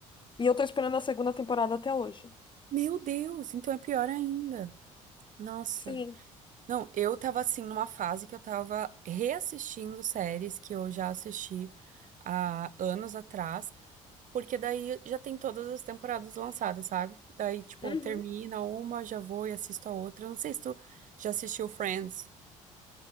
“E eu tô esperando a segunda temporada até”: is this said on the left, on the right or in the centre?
Left